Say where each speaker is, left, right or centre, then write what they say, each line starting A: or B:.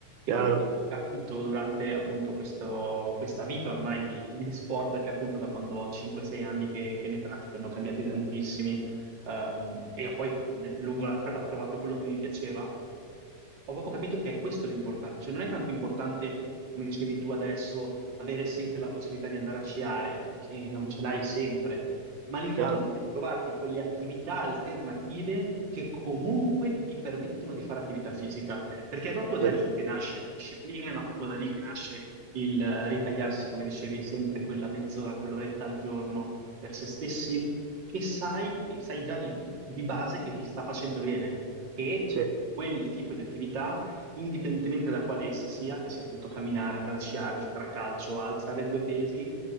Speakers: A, on the right; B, on the right.
A: Chiaro,
B: E quello che io ho capito durante appunto questo- questa vita ormai di, di sport, perché appunto da quando ho 5-6 anni che, che ne pratico, ne ho cambiati tantissimi, ehm, e ho poi ne- lungo la strada ho trovato quello che mi piaceva, ho proprio capito che è questo l'importante, cioè non è tanto importante, come dicevi tu adesso, avere sempre la possibilità di andare a sciare, perché non ce l'hai sempre ma l'importante
A: chiaro,
B: è trovarti quelle attività alternative che comunque ti permettono di fare attività fisica, perché è proprio da
A: sì,
B: lì che nasce la disciplina, è proprio da lì che nasce il eh, ritagliarsi, come dicevi, sempre quella mezz'ora, quell'oretta al giorno per se stessi, che sai, sai già di, di base che ti sta facendo bene, che
A: sì,
B: quel tipo di attività indipendentemente da quale essa sia, che sia appunto camminare, andare a sciare, giocare a calcio, alzare due pesi,